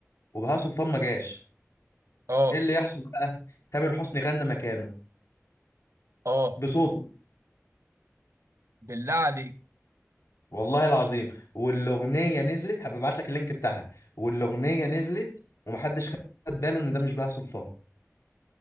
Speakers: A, on the left (about 70°); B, on the right (about 65°).
A: وبهاء سلطان ما جاش
B: اه
A: ايه اللي يحصل بقى تامر حسني غنى مكانه
B: اه
A: بصوته
B: بالله عليك
A: والله العظيم والاغنيه نزلت هبعت لك اللينك بتاعها والاغنيه نزلت ومحدش خد باله ان ده مش بهاء سلطان